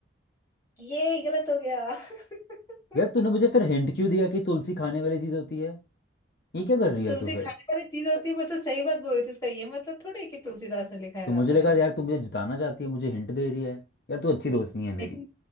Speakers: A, on the left (about 20°); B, on the left (about 55°).
A: ये गलत हो गया <laughs>
B: यार तूने मुझे फिर हिंट क्यों दिया कि तुलसी खाने वाली चीज होती है ये क्या कर रही है
A: तुलसी
B: तू फिर
A: खाने वाली चीज होती है मैं तो सही बात बोल रही थी इसका ये मतलब थोड़ी है कि तुलसीदास ने लिखा है
B: तू
A: रामायण
B: मुझे लगा यार तू मुझे जिताना चाहती है मुझे हिंट दे रही है यार तू अच्छी दोस्त नहीं है मेरी
A: नहीं,